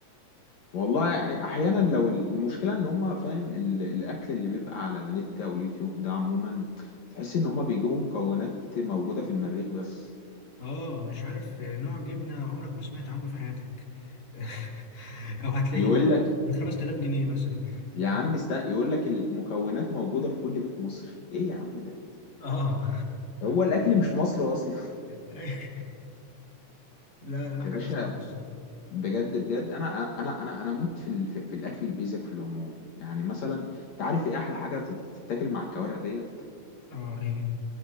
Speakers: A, on the left; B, on the left.
A: والله يعني احيانا لو المشكله ان هم فاهم ال- الاكل اللي بيبقى على النت او اليوتيوب ده عموما تحس ان هم بيجيبوا مكونات موجوده في المريخ بس
B: اه مش عارف نوع جبنه عمرك ما سمعت عنه في حياتك <laughs> او هتلاقيه
A: يقول لك
B: ب 5000 جنيه مثلا
A: يا عم است... يقول لك المكونات موجوده في كل بيت مصري ايه يا عم ده
B: اه
A: هو الاكل مش مصر اصلا
B: <laughs> لا
A: <laughs>
B: لا حاجه
A: يا باشا
B: صعبه الصراحه
A: بجد بجد انا انا انا انا اموت في ال... في في الاكل البيزك في العموم يعني مثلا انت عارف ايه احلى حاجه تت- تتاكل مع الكوارع ديت
B: اه ايه